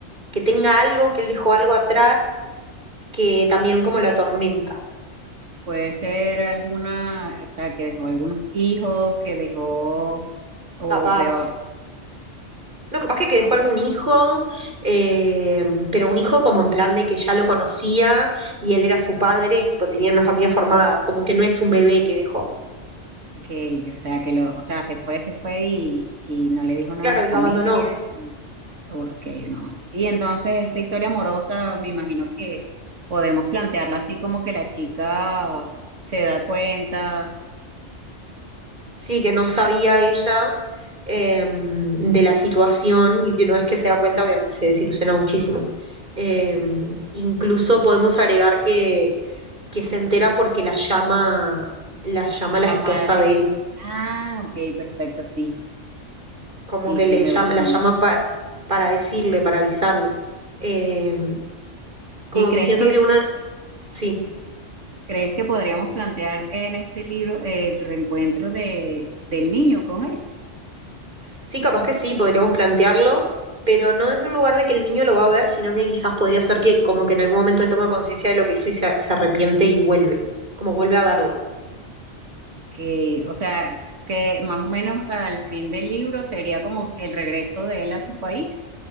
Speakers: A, on the right; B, on the right.
A: que tenga algo, que él dejó algo atrás que también como lo
B: que
A: atormenta.
B: puede ser alguna, o sea, que dejó algunos hijos, que dejó, o
A: Capaz.
B: peor,
A: No, capaz que, que dejó algún hijo, eh, pero un hijo como en plan de que ya lo conocía y él era su padre y tipo tenían una familia formada, como que no es un bebé que dejó.
B: que, que, o sea, que lo, o sea, se fue, se fue y, y no le dijo nada
A: Claro,
B: a la
A: y lo
B: familia.
A: abandonó.
B: Y, ok, no. Y entonces
A: Sí.
B: esta historia amorosa, me imagino que podemos plantearla así como que la chica se da cuenta,
A: Sí, que no sabía ella eh, de la situación y que una vez que se da cuenta, obviamente se desilusiona muchísimo. Eh, incluso podemos agregar que, que se entera porque la llama, la llama la
B: la
A: esposa
B: madre,
A: de él,
B: ah, ok, perfecto, sí,
A: como
B: sí,
A: que
B: sí,
A: le
B: me
A: llama,
B: gusta.
A: la llama para, para decirle, para avisarle. Eh, como
B: ¿Y crees
A: que siento
B: que
A: que una... Sí.
B: ¿Crees que podríamos plantear en este libro el reencuentro de, del niño con él?
A: Sí, capaz que sí, podríamos plantearlo, pero no desde un lugar de que el niño lo va a ver, sino que quizás podría ser que como que en algún momento él toma conciencia de lo que hizo y se, se arrepiente y vuelve, como vuelve a verlo.
B: Que, o sea, que más o menos al fin del libro sería como el regreso de él a su país